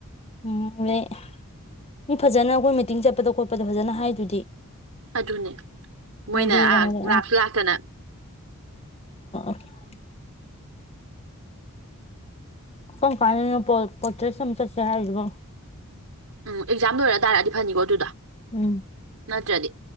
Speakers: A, on the left; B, on the right.
A: ꯎꯝ ꯂꯩ ꯃꯤ ꯐꯖꯅ ꯑꯩꯈꯣꯏ ꯃꯤꯇꯤꯡ ꯆꯠꯄꯗ ꯈꯣꯠꯄꯗ ꯐꯖꯅ ꯍꯥꯏꯗꯨꯗꯤ꯫
B: ꯑꯗꯨꯅꯦ ꯃꯣꯏꯅ
A: ꯍꯥꯏꯗꯤ
B: ꯑꯥ
A: ꯀꯩꯅꯣꯗ
B: ꯂꯥꯛꯁꯨ ꯂꯥꯛꯇꯅ
A: <inaudible> ꯀꯝꯀꯟꯗꯅꫭ ꯄꯠꯇ꯭ꯔꯦꯁ ꯆꯠꯁꯦ ꯍꯥꯏꯗꯨꯕꫭ
B: ꯎꯝ ꯑꯦꯛꯖꯥꯝ ꯂꯣꯏꯔ ꯇꯥꯔꯑꯗꯤ ꯐꯅꯤꯀꯣ ꯑꯗꯨꯗ
A: ꯎꯝ
B: ꯅꯠꯇ꯭ꯔꯗꯤ